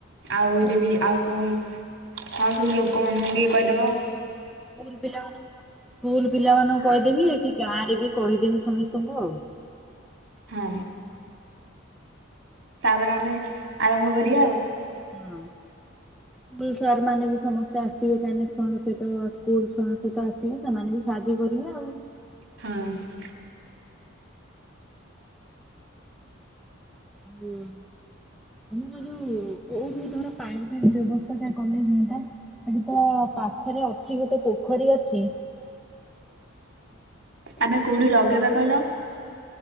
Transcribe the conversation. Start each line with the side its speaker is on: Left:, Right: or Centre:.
Right: ଆଉ
Centre: ସ୍କୁଲ
Right: ଯଦି ଆଉ କୋଉ ଆଉ ସବୁ ଲୋକମାନଙ୍କୁ ଟିକେ କହିଦବ?
Centre: ହୁଁ ସ୍କୁଲ ପିଲାମାନକୁ କ ସ୍କୁଲ ପିଲାମାନଙ୍କୁ କହିଦେମି କି ଗାଁ ରେ ବି କହିଦେମି ସମସ୍ତଙ୍କୁ ଆଉ
Right: ହଁ। ତାପରେ ଆମେ ଆରମ୍ଭ କରିବା ଆଉ
Centre: ହଁ। ସାର୍ ମାନେ ବି ସମସ୍ତେ ଆସିବେ କାହିଁକନା ଛୁଆଙ୍କ ସହିତ ସ୍କୁଲ ଛୁଆଙ୍କ ସହିତ ଆସିବେ ସେମାନେ ବି ସାହାଯ୍ୟ କରିବେ ଆଉ?
Right: ହଁ।
Centre: ହୁଁ। ତମ ଯୋଉ କୋଉଠି ଧର ପାଣି ଫାଣି ବ୍ୟବସ୍ଥା ଟା କଲେ ହୁଅନ୍ତା। ଏଠି ତ ପାଖରେ ଅଛି ଗୋଟେ ପୋଖରୀ ଅଛି।
Right: ଆମେ କୋଉଠି ଲଗେଇବା କହିଲ?